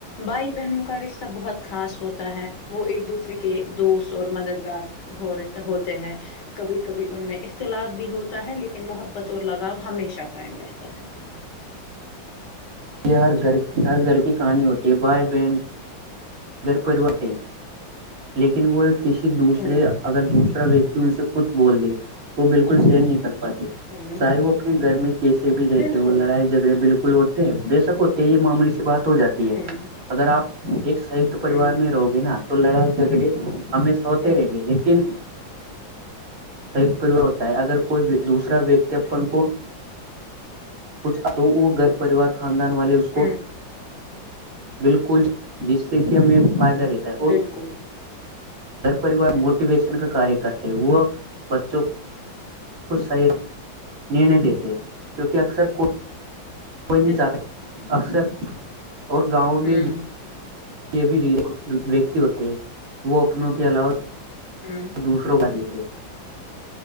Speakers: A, on the left; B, on the right.
A: بھائی بہنوں کا رشتہ بہت خاص ہوتا ہے وہ ایک دوسرے کے دوست اور مددگار ہو ہوتے ہیں کبھی کبھی ان میں اختلاف بھی ہوتا ہے لیکن محبت اور لگاؤ ہمیشہ قائم رہتا ہے
B: یہ ہر گھر ہر گھر کی کہانی ہوتی ہے بھائی بہن گھر پروت ہے لیکن وہ کسی دوسرے
A: ہوں
B: اگر دوسرا ویکتی ان سے کچھ بول دے تو وہ بالکل سر نہیں کر پاتے
A: ہوں
B: چاہے وہ اپنے گھر میں کیسے بھی رہتے
A: بالکل
B: وہ لڑائی جگڑے بالکل ہوتے ہیں بے شک ہوتے ہیں یہ معمولی سی بات ہو جاتی ہے
A: ہوں
B: اگر آپ ایک سی پریوار
A: ہوں
B: میں رہو گے نا تو لڑائی جھگڑے ہمیں سوتے
A: ہوں
B: رہیں گے لیکن ایک پریوار ہوتا ہے اگر کوئی دوسرا ویکتی اپن کو کچھ تو وہ گرب پریوار خاندان والے کو
A: ہوں
B: بالکل جس سے کہ ہمیں فائدہ رہتا ہے اور
A: بالکل
B: گھر پریوار موٹیویشن کا کاریہ کرتے ہیں وہ بچوں کوچ صحیح نے دیتے کیونکہ اکثر کوئی کوئی نہیں
A: بالکل
B: چاہتا اکثر اور گاؤں
A: ہوں
B: میں یہ بھی ر ویکتی ہوتے ہیں وہ اپنوں کے علاوہ
A: ہاں
B: دوسروں کا دیتے